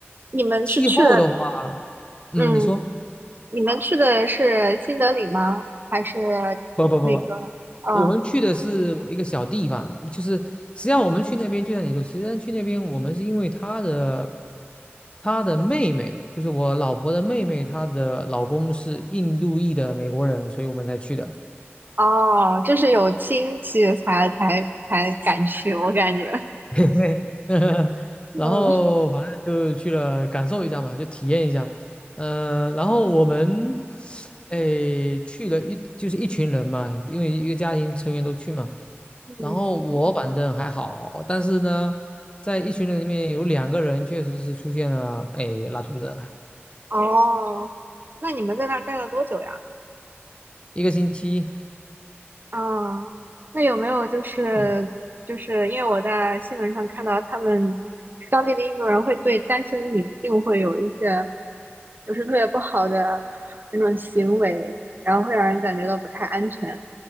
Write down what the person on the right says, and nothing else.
你们是去了
嗯，
你们去的是新德里吗？还是
那个？嗯，
哦，就是有亲戚才才才敢去，我感觉。
嗯
嗯，
哦，那你们在那儿待了多久呀？
啊，那有没有就是就是因为我在新闻上看到他们
当地的印度人会对单身女性会有一些就是特别不好的那种行为，然后会让人感觉到不太安全，